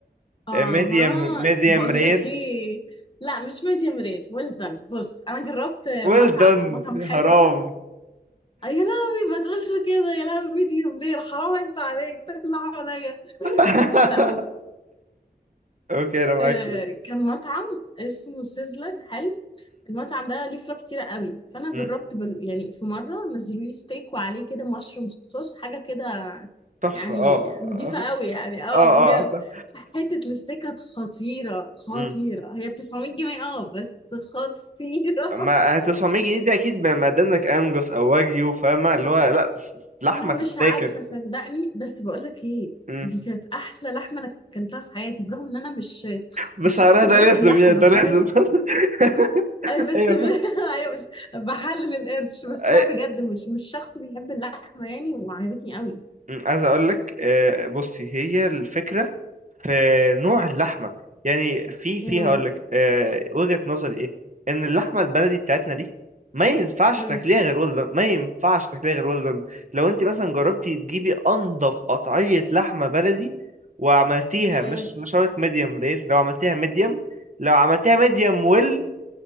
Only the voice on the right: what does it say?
ميديوم ميديوم
رير
ويل
دون
حرام
<laughs>
اوكي انا معاك
مم.
تحفة
اه
اه
اه
آه، تحفة.
مم.
ما
هتسعمية جنيه دي اكيد ما ما قداملك انجوس او واجيو فاهمة اللي هو لا س- س- لحمة
تتاكل
مم.
بسعرها
ده لازم
يعني ده
لازم <laughs>
ايوه
فاهم
أي-
مم. عايز اقول لك آه، بصي هي الفكرة في نوع اللحمة يعني في في
هقول لك آه، وجهة نظري ايه ان اللحمة البلدي بتاعتنا دي ما ينفعش
تاكليها غير ولدن ما ينفعش تاكليها غير ولدن لو انت مثلا جربتي تجيبي انضف قطعية لحمة بلدي وعملتيها
مش مش هقول لك ميديوم رير لو عملتيها ميديوم لو عملتيها ميديوم ويل